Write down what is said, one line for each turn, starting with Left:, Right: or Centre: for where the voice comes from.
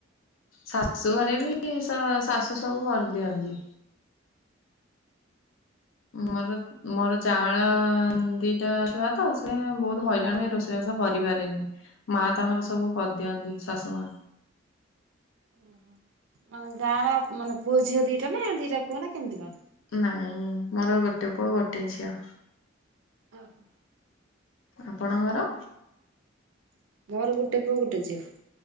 Left: ଶାଶୁ ଘରେ ବି ସ ଶାଶୁ ସବୁ କରିଦିଅନ୍ତି। ମୋର ମୋର ଯ ଜାଆଁଳା ଦିଟା ଛୁଆ ତ ସେ ବହୁତ ହଇରାଣ ହୁଏ ରୋଷେଇବାସ କରିପାରେନି। ମା ତାଙ୍କର ସବୁ କରିଦିଅନ୍ତି ଶାଶୁ ମା।
Right: ଓହୋ। ମାନେ ଗାଁର ମାନେ ପୁଅ ଝିଅ ଦିଟା ନା ଦିଟା ପୁଅ ନା କେମିତି କଣ।
Left: ନାଇଁ ମୋର ଗୋଟେ ପୁଅ ଗୋଟେ ଝିଅ।
Right: ଓହୋ।
Left: ଆପଣଙ୍କର
Right: ମୋର ଗୋଟେ ପୁଅ ଗୋଟେ ଝିଅ